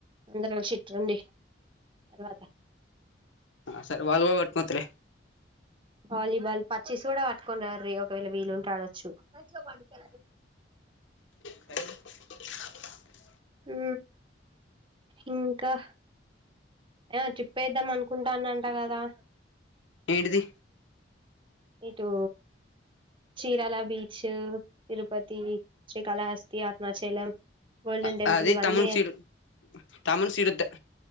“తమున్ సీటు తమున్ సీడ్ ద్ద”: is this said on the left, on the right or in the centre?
Left